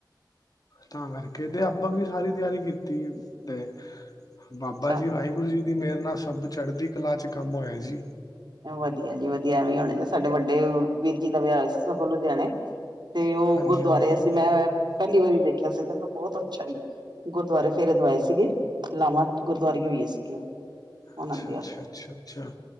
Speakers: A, on the left; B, on the right.
A: ਤਾਂ ਕਰਕੇ ਤੇ ਆਪਾਂ ਵੀ ਸਾਰੀ ਤਿਆਰੀ ਕੀਤੀ ਤੇ ਬਾਬਾ
B: ਅੱਛਾ
A: ਜੀ ਵਾਹਿ ਗੁਰੂ ਜੀ ਦੀ ਮਿਹਰ ਨਾਲ਼ ਸਭ ਚੜ੍ਹਦੀ ਕਲਾਂ ਚ ਕੰਮ ਹੋਇਆਂ ਸੀ।
B: ਵਧੀਆ ਜੀ ਵਧੀਆ ਐਵੇਂ ਹੁਣੇ ਸਾਡੇ ਵੱਡੇ ਵੀਰ ਜੀ ਦਾ ਵਿਆਹ ਹੋਇਆਂ ਸੀ ਸਗੋਂ ਲੁਧਿਆਣੇਂ। ਤੇ ਉਹ
A: ਹਾਂਜੀ
B: ਗੁਰਦੁਆਰੇ
A: ਹਾਂਜੀ
B: ਸੀਂ ਮੈਂ ਪਹਿਲੀਂ ਵਾਰੀਂ ਦੇਖਿਆਂ ਸੀ ਬਹੁਤ ਅੱਛਾ ਈ। ਗੁਰਦੁਆਰੇ ਫੇਰੇ ਦਵਾਏ ਸੀਗੇ ਲਾਵਾਂ ਗੁਰਦੁਆਰੇ ਹੀ ਹੋਈਆਂ ਸੀਗੀਆਂ। ਉਹਨਾਂ
A: ਅੱਛਾ
B: ਦੀਆਂ
A: ਅੱਛਾ ਅੱਛਾ ਅੱਛਾ